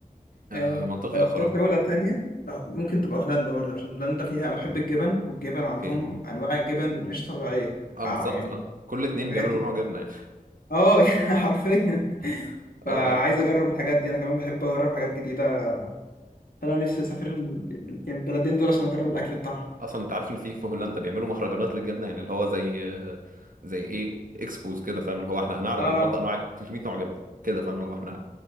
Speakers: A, on the right; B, on the left.
A: آه
B: آه،
A: منطقي
B: لو
A: اه
B: اختار
A: بصراحه
B: دولة تانية لا، ممكن تبقى هولندا برضه عشان هولندا فيها أنا بحب الجبن والجبن عندهم
A: اوكي
B: أنواع جبن مش طبيعية
A: اه بالظبط
B: آه يعني
A: اه كل اتنين
B: حاجات
A: بيعملوا
B: كتير
A: نوع جبنه يعني
B: اه <laughs> يعني حرفيا
A: <laughs>
B: فعايز
A: اه اه
B: اجرب الحاجات دي انا كمان بحب اجرب حاجات جديده فانا نفسي اسافر ال... يعني البلدين دول عشان اجرب الاكل بتاعهم
A: اصلا انت عارف ان في في هولندا بيعملوا مهرجانات للجبنه يعني اللي هو زي آه، زي ايه اكسبوز كده فاهم اللي هو احنا هنعرض
B: اه
A: النهارده انواع 300 نوع جبنه كده فاهم اللي هو احنا